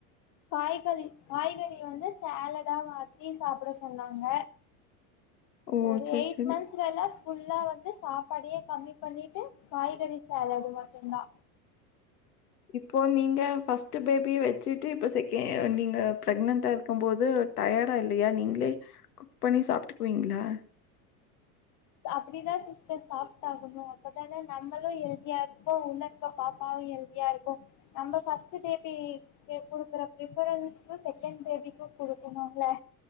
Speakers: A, on the left; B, on the left.
A: காய்கறி காய்கறி வந்து சேலடா மாத்தி சாப்புட சொன்னாங்க
B: ஓ!
A: ஒரு
B: சரி,
A: எயிட்
B: சரி.
A: மந்த்ஸ் எல்லா ஃபுல்ஆ நான் வந்து சாப்பாடே கம்மி பண்ணிட்டு காய்கறி சாலாட் மட்டு தா
B: இப்போ நீங்க ஃபர்ஸ்ட் பேபிய வச்சுட்டு இப்போ செகண் நீங்க பிரெக்னன்டா இருக்கு போது டயர்டா இல்லையா நீங்களே குக் பண்ணி சாப்ட்டுக்குவீங்களா
A: அப்டிதா சிஸர் சாப்டாகணு அப்பதான நம்மளு ஹெல்தியா இருப்போ உள்ள இருக்க பாப்பாவு ஹெல்தியா இருக்கு நம்ம பர்ஸ்ட் பேபிக் குடுக்குற பிரப்ரன்ஸ் செகண்ட் பேபிக்கு குடுக்கணும்ல